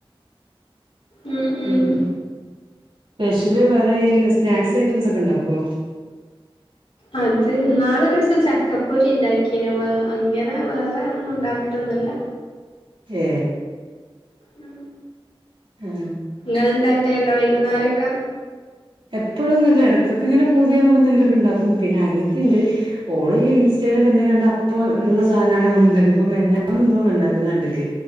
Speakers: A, on the left; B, on the right.
A: ഉം
B: പിന്ന
A: ഉം
B: സ്പെഷ്യല് വേറെ ഈ സ്നാക്സ് ഐറ്റംസ് ഒക്കെ ഉണ്ടാക്കോ
A: അത് ന്നാളൊരുസം ചക്കപ്പൊരി ഉണ്ടാക്കിനൊ വേ അങ്ങനെ വേറെ ഒന്നും ഉണ്ടാക്കലൊന്നില്ല
B: ഏ
A: മ്
B: ആ
A: നിങ്ങള് ഇണ്ടാക്കലണ്ടോ വൈകുന്നേരെക്കെ
B: എപ്പോഴൊന്നുല്ല എടക്കൊക്കെ ഇങ്ങനെ പൂതിയാവുമ്പോ എന്തെങ്കിലൊക്കെ ഉണ്ടാക്കും പിന്നെ അനിയത്തിണ്ട് ഓള് ഈ ഇൻസ്റ്റെലൊക്കെ എന്തെങ്കിലും കണ്ട അപ്പ ള്ള സാനാണേ ഒന്നിണ്ടാക്കും ഇപ്പ മെഞ്ഞാ എന്തോന്ന് ഉണ്ടാക്കുന്നണ്ട്ക്ക്